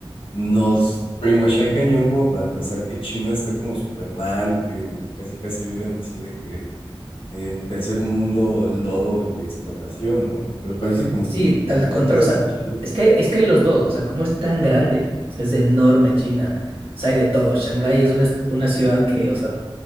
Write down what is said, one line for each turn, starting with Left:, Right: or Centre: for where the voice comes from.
Left: nos brainwashea cañón como para pensar que China está como súper mal, que casi casi viven así de que en tercer mundo, lodo y explotación, ¿no? Pero parece como
Right: Sí,
Left: que
Right: tal
Left: por lo que
Right: contrario,
Left: cuentas
Right: o
Left: sí
Right: sea,
Left: está chido.
Right: es que hay, es que hay los dos, o sea, como es tan grande, o sea, es enorme China, o sea, hay de todo. Shanghái es una, una ciudad que, o sea,